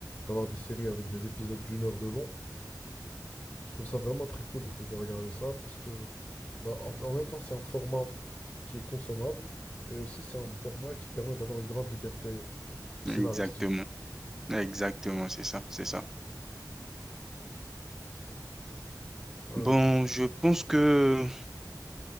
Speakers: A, on the left; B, in the centre.
A: d'avoir des séries avec des épisodes d'une heure de long. Je trouve ça vraiment très cool de pouvoir regarder ça parce que, bah, en, en même temps, c'est un format qui est consommable et aussi c'est un Mhm. format qui permet d'avoir une grande liberté scénaristique.
B: Mhm. Exactement, exactement, c'est ça, c'est ça.
A: Voilà.
B: Bon, je pense que